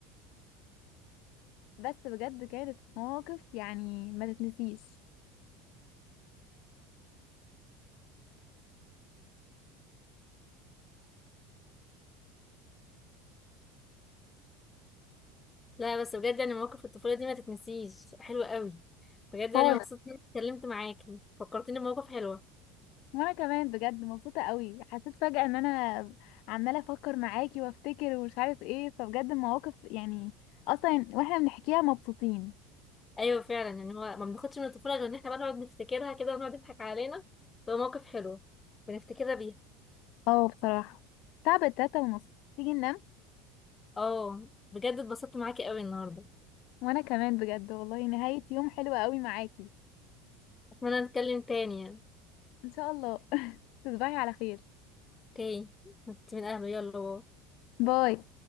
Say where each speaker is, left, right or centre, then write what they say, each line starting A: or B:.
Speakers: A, on the left (about 65°); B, on the left (about 25°).
A: بس بجد كانت مواقف يعني ما تتنسيش
B: لا بس بجد يعني مواقف الطفوله دي ما تتنسيش حلوه قوي بجد
A: خالص
B: يعني مبسوطه اني اتكلمت معاكي فكرتيني بمواقف حلوه
A: وانا كمان بجد مبسوطة قوي حسيت فجأة ان انا عمالة افكر معاكي وافتكر ومش عارف ايه فبجد المواقف يعني اصلا واحنا بنحكيها مبسوطين
B: ايوه فعلا ان هو ما بناخدش من الطفوله غير ان احنا بقى نقعد نفتكرها كده ونقعد نضحك علينا تبقى مواقف حلوه بنفتكرها بيها
A: اه بصراحة تعبت تلاتة ونص تيجي ننام
B: اه بجد اتبسطت معاكي قوي النهارده
A: وانا كمان بجد والله نهاية يوم حلوة قوي معاكي
B: اتمنى نتكلم تاني يعني
A: ان شاء الله <laughs> تصبحي على خير
B: اوكي انت من اهله يلا باي.
A: باي